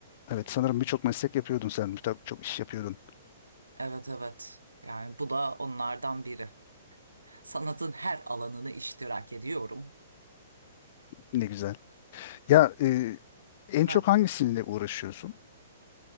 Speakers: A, on the left; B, on the right.
A: Evet, sanırım birçok meslek yapıyordun sen. Birçok çok iş yapıyordun.
B: Evet evet. Yani bu da onlardan biri. Sanatın her alanını iştirak ediyorum.
A: Ne güzel. Ya e, en
B: Ha.
A: çok hangisiyle uğraşıyorsun?